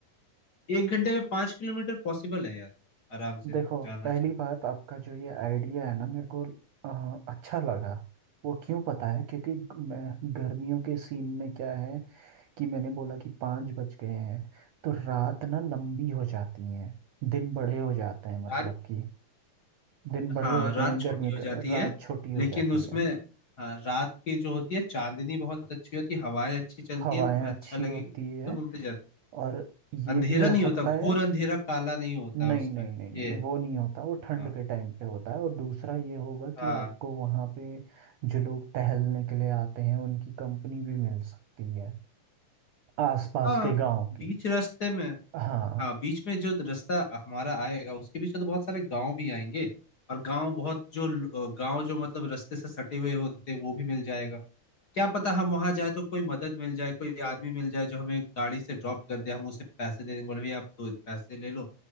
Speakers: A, on the left; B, on the right.
A: एक घंटे में पाँच किलोमीटर पॉसिबल है यार आराम से
B: देखो
A: जाना
B: पहली
A: चलना
B: बात आपका जो ये आइडिया है ना मेरे को अ, अच्छा लगा वो क्यों पता है क्योंकि ग- मैं गर्मियों के सीन में क्या है कि मैंने बोला कि पाँच बज गए हैं तो रात ना लंबी हो जाती है दिन बड़े हो जाते हैं मतलब
A: रात
B: कि दिन बड़े
A: हाँ
B: होते
A: रात
B: हैं
A: छोटी
B: गर्मी
A: हो जाती
B: का रात
A: है
B: छोटी हो
A: लेकिन
B: जाती
A: उसमें
B: है
A: हाँ, रात की जो होती है चांदनी बहुत अच्छी होती है हवाएं अच्छी चलती
B: हवाएं
A: है तुम्हें अच्छा
B: अच्छी
A: लगेगा
B: होती है
A: घूमते घूमते जाते
B: और ये
A: अंधेरा
B: भी हो
A: नहीं होता
B: सकता
A: घोर
B: है
A: अंधेरा काला नहीं होता
B: नहीं
A: उसमें
B: नहीं नहीं नहीं
A: ये है
B: वो नहीं होता वो ठंड
A: हाँ
B: के टाइम पे होता है और दूसरा ये होगा
A: हाँ
B: कि आपको वहाँ पे जो लोग टहलने के लिए आते हैं उनकी कंपनी भी मिल सकती है आसपास
A: हाँ
B: के गांव की
A: बीच रास्ते में
B: हाँ
A: हाँ बीच में जो रास्ता हमारा आएगा उसके बीच में तो बहुत सारे गांव भी आएंगे और गांव बहुत जो ल- गांव जो मतलब रास्ते से सटे हुए होते हैं वो भी मिल जाएगा क्या पता हम वहां जाए तो कोई मदद मिल जाए कोई आदमी मिल जाए जो हमें गाड़ी से ड्रॉप कर दे हम उसे पैसे दे देंगे बोले भैया आप दो पैसे ले लो